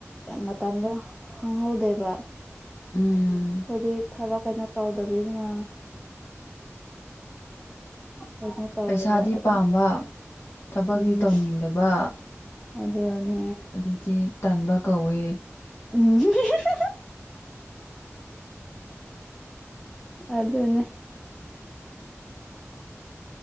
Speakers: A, in the centre; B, on the left.
A: ꯃꯇꯝꯗꯣ ꯈꯪꯍꯧꯗꯦꯕ ꯑꯩꯈꯣꯏꯗꯤ
B: ꯎꯝ
A: ꯊꯕꯛ ꯀꯩꯅꯣ ꯇꯧꯗꯕꯅ ꯀꯩꯅꯣ ꯇꯧꯋꯦꯕ
B: ꯄꯩꯁꯥꯗꯤ
A: ꯑꯗꯨꯝ
B: ꯄꯥꯝꯕ ꯊꯕꯛꯇꯤ
A: ꯎꯝ
B: ꯇꯧꯅꯤꯡꯗꯕ
A: ꯑꯗꯨꯅꯦ
B: ꯑꯗꯨꯗꯤ ꯇꯥꯟꯕ ꯀꯧꯋꯦ
A: <unintelligible> ꯑꯗꯨ ꯑꯗꯨꯅ